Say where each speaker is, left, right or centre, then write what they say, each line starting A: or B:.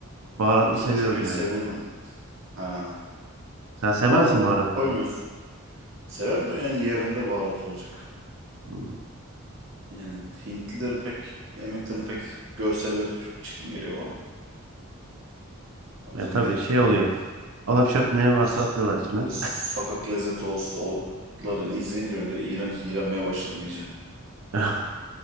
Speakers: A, on the right; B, on the right.
A: Baharatlı
B: Hint
A: seviyorum
B: yemeği sevilir
A: yani.
B: mi? Ha.
A: Sen sevmez
B: Baharat
A: misin baharatlı?
B: koymuyorsun. Severim de yani yerinde baharat olacak.
A: Hmm.
B: Yani Hintlileri pek yemeklerini pek görselleri çok çirkin geliyor bana. O yüzden
A: Ya tabii
B: gerek
A: şey
B: yok
A: oluyor.
B: abi.
A: Alapşap ne
B: Bir
A: varsa
B: de,
A: atıyorlar içine.
B: bir de sokak lezzeti olsunların izleyince bir de iğrenç iğrenmeye başladım iyice.
A: <laughs>